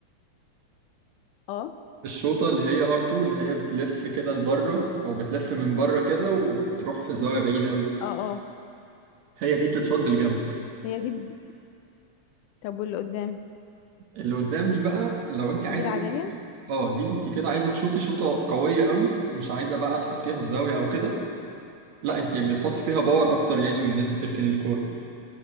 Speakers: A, on the left; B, on the right.
A: اه
B: الشوطة اللي هي ار 2 اللي هي بتلف كده لبره او بتلف من بره كده وتروح في زاوية بعيدة قوي
A: اه اه
B: هي دي بتتشاط بالجنب
A: هي دي ب- طب واللي قدام
B: اللي قدام دي بقى لو انت عايزه
A: دي العادية
B: تشوطي- اه دي انت كده عايزه تشوطي شوطه قويه قوي مش عايزه بقى تحطيها في زاويه او كده لا انت بتحطي فيها باور اكتر يعني من ان انت تركني الكوره